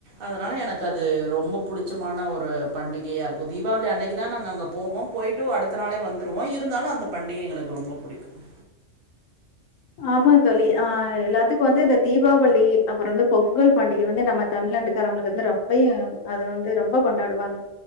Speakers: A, on the right (about 55°); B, on the left (about 80°).
A: அதனால எனக்கு அது ரொம்போ புடிச்சமான ஒரு பண்டிகையா இருக்கும் தீபாவளி அன்னைக்கு தான் நாங்க அங்க போவோம் போயிட்டு அடுத் தனாளே வந்துருவோம் இருந்தாலும் அந்த பண்டிகை எங்களுக்கு ரொம்ப பிடிக்கும்
B: ஆமாந்தோழி ஆ எல்லாத்துக்கும் வந்து இந்த தீபாவளி அப்றோ வந்து பொங்கல் பண்டிகை வந்து நம்ம தமிழ்நாட்டுக்காரவங்களுக்கு வந்து ரொம்பையும் அதை வந்து ரொம்ப கொண்டாடுவாங்க